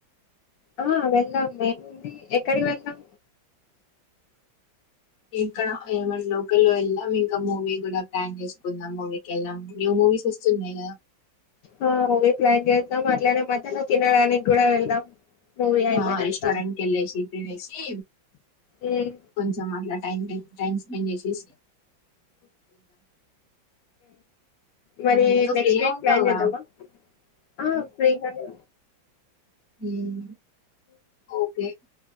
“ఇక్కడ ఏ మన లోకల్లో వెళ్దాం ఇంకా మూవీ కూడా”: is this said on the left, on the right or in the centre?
Left